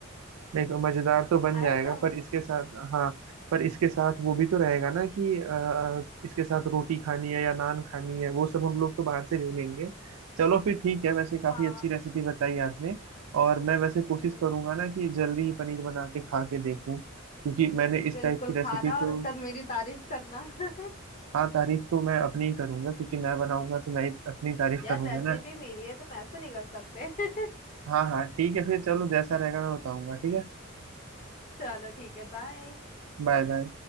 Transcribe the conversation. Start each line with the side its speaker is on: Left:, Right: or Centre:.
Right: नहीं तो मजेदार तो बन
Left: आया
Right: जाएगा
Left: समझ
Right: पर इसके साथ हाँ पर इसके साथ वो भी तो रहेगा ना कि अ, इसके साथ रोटी खानी है या नान खानी है वो सब हम लोग तो बाहर से ले लेंगे चलो फिर ठीक है वैसे काफी
Left: हाँ
Right: अच्छी रेसिपी बताई आपने और मैं वैसे कोशिश
Left: हम्म,
Right: करूंगा ना कि जल्दी ही पनीर बना के खा के देखूं क्योंकि मैंने इस
Left: बिल्कुल
Right: टाइप की रेसिपी
Left: खाना
Right: तो
Left: और उसके बाद मेरी तारीफ करना <laughs>
Right: हाँ तारीफ तो मैं अपनी ही करूंगा क्योंकि मैं बनाऊंगा तो मैं ही अपनी तारीफ
Left: यार
Right: करूंगा
Left: रेसिपी मेरी है तुम ऐसे नहीं कर सकते <laughs>
Right: हाँ हाँ ठीक है फिर चलो जैसा रहेगा मैं बताऊंगा ठीक है
Left: चलो ठीक है बाय
Right: Bye bye